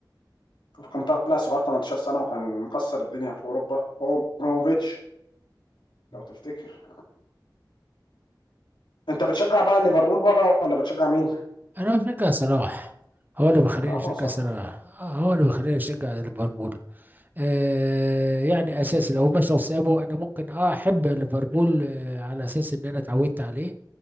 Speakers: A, on the left; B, on the right.
A: كان طالع صغير 18 سنه وكان مكسر الدنيا في اوروبا هو ابراهيموفيتش
B: مم.
A: لو تفتكر انت بتشجع بقى ليفربول بره ولا بتشجع مين؟
B: انا بشجع صلاح هو اللي بيخليني
A: اه
B: اشجع
A: ما هو صلاح
B: صلاح آه، هو اللي بيخليني اشجع ليفربول آه يعني اساسي لو مشوا سابه انا ممكن اه احب ليفربول آه على اساس ان انا اتعودت عليه